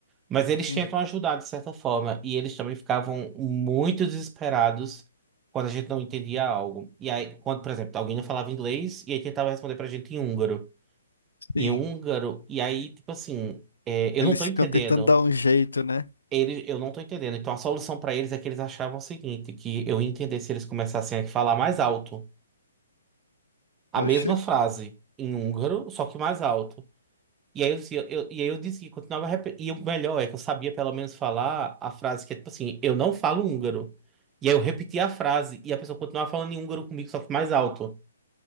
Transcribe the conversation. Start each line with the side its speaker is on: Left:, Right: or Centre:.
Right: Mas eles
Left: Uhum.
Right: tentam ajudar de certa forma, e eles também ficavam muito desesperados quando a gente não entendia algo. E aí, quando, por exemplo, alguém não falava inglês, e aí tentava responder pra gente em húngaro.
Left: Sim.
Right: Em húngaro, e aí, tipo assim, é,
Left: Eles
Right: eu não tô entendendo.
Left: ficam tentando dar um jeito, né?
Right: Eles, eu não tô entendendo. Então a solução pra eles é que eles achavam o seguinte, que eu ia entender se eles começassem a falar mais alto. A
Left: Oxe,
Right: mesma frase em húngaro, só que mais alto. E aí eu disse, eu, e aí eu disse que continuava repetindo. E o melhor é que eu sabia pelo menos falar a frase que é tipo assim, eu não falo húngaro. E aí eu repeti a frase e a pessoa continuava falando em húngaro comigo, só que mais alto.